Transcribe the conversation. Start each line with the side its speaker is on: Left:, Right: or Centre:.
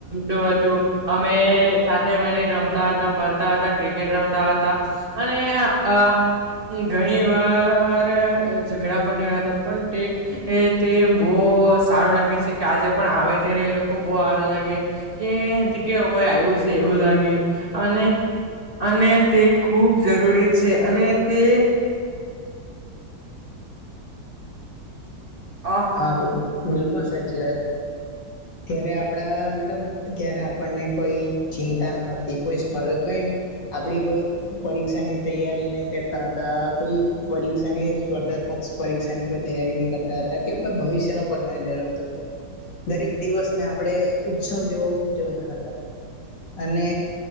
Right: <unintelligible> હતું. અમે સાથે મળીને રમતા હતા ફરતા હતા ક્રિકેટ રમતા હતા. અને અ ઘણી વાર ઝઘડા પણ રહ્યા હતા પણ તે અ તે બઉ બઉ સારું લાગે છે કે આજે પણ આવે ત્યારે એ લોકો બહુ હારું લાગે કે તે કોઈ આયુ <unintelligible> લાગે અને અને તે ખૂબ જરૂરી છે અને તે અ
Left: હા બિલ બિલકુલ સાચી વાત. ત્યારે આપડા મતલબ ત્યારે આપણને કોઈ ચિંતા ન હતી કોઈ ફરક કઈ આપડી કોઈ પરીક્ષા ની તૈયારી નહી કરતા હતા કોઈ પરીક્ષાની સ્પર્ધા પરીક્ષાની કોઈ તૈયારી નહી કરતા હતા તારે કેવું કે ભવિષ્ય નો પણ ન ડર હતો. દરેક દિવસને આપણેે ઉત્સવ જેવો ઉજવતા હતા. અને